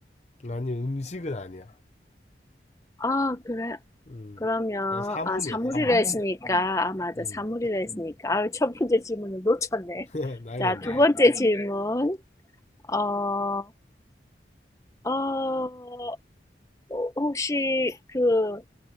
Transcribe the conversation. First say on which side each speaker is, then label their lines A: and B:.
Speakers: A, on the left; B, on the left.
A: 아니 음식은 아니야.
B: 아, 그래.
A: 음,
B: 그러면
A: 난 사물이야
B: 아, 사물이라
A: 사물.
B: 했으니까 아, 맞아.
A: 음,
B: 사물이라 했으니까. 아, 첫 번째 질문을 놓쳤네.
A: <laughs> 날렸네.
B: 자, 두 번째 질문. 어, 어, 어, 혹시 그